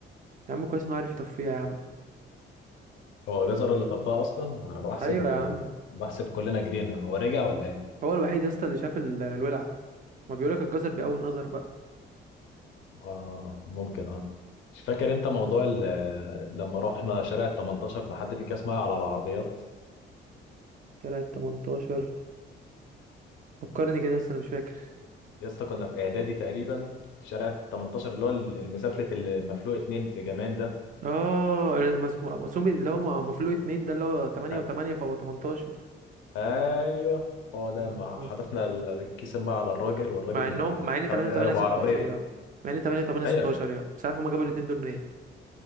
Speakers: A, on the right; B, on the left.
A: يا عم كويس انه عارف يطفيها يا عم
B: هو جزر اللي طفاه اصلا انا بحسب
A: ايوه يا عم
B: بحسب كلنا جرينا هو رجع ولا ايه
A: هو الوحيد يا اسطى اللي شاف ال- الولع ما بيقولك الجزر بأول نظر بقى
B: اه ممكن اه مش فاكر انت موضوع ال- لما رحنا شارع ال 18 ده حد في كاس معايا على العربيات
A: كده 18 فكرني كده بس انا مش فاكر
B: يا اسطى كنا في اعدادي تقريبا شارع ال 18 اللي هو المسافلة المفلوق اتنين في جمال ده
A: اه المس- مقسوم اللي هو مفلوق اتنين ده اللي هو 8
B: أ-
A: و8 فهو 18
B: ايوه هو ده
A: آه.
B: ما حدفنا ال- الكيس الميه على الراجل والراجل
A: مع انهم مع ان 8
B: كان
A: و8
B: ابو
A: 16
B: عربيه
A: يا مع ان 8 و8 16
B: ايوه
A: يا مش عارف هما جابوا الاتنين دول منين